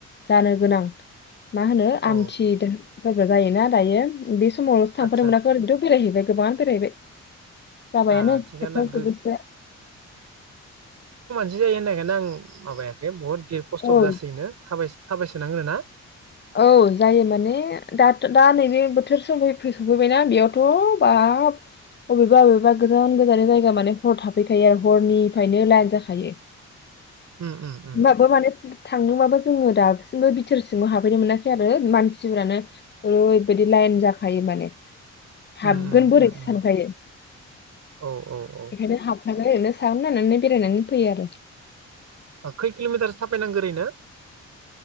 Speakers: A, on the left; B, on the right.
A: जानो गोनां मा होनो आमथि
B: औ
A: दोहोरोम <unintelligible> जायो ना दायो बि समावल‌'सो थांफानोनो
B: आदसा
A: मोनाखै ओरथ' बेरायहैबाय गोबांनो बेरायहैबाय जाबायानो
B: आ थिगानो
A: खेबथाम
B: गो
A: खेब्रैसोया।
B: बिदि जायो होननायखायनो आं माबायाखै बहुद भिर खस्थ'बो
A: औ
B: जासोयो नो थाबाय थाबायसोनांगोनो ना?
A: औ जायो माने दा दा नैबे बोथोर सफै सफैबायना बेयावथ' बाब अबेबा अबेबा गोजान गोजान जायगा माने हर थाफैखायो आरो हरनिफ्रायनो लाइन जाखायो।
B: उम उम उम
A: होनबाबो माने फै थांदोंबाबो जोङो दासिमबो बिथोरसिम हाब नो मोनाखै आरो मानसिफोरानो ओरैबायदि लाइन जाखायो माने। हाबगोन
B: उम उम
A: बोरैथो
B: उम उम
A: सानखायो
B: औ औ औ
A: बेखायनो हाब बा ओरैनो सायावनो नायनानै बेरायनानै फैयो आरो।
B: ओ खै किलमिटारसो थाबायनांगौ ओरैनो?